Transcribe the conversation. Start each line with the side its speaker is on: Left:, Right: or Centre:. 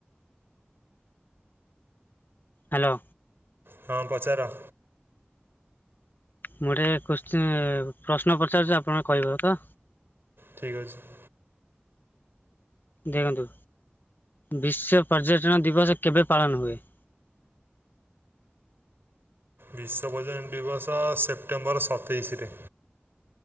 Left: ହାଲୋ।
Right: ହଁ ପଚାର।
Left: ମୁଁ ଗୋଟେ କୋଶ୍ଚି ପ୍ରଶ୍ନ ପଚାରୁଛି ଆପଣ କହିବତ?
Right: ଠିକ୍ ଅଛି।
Left: ଦେଖନ୍ତୁ ବିଶ୍ୱ ପର୍ଯ୍ୟଟନ ଦିବସ କେବେ ପାଳନ ହୁଏ? <inaudible>
Right: ବିଶ୍ବର ପର୍ଯ୍ୟଟନ ଦିବସ ସେପ୍ଟେମ୍ବର ସତେଇଶରେ।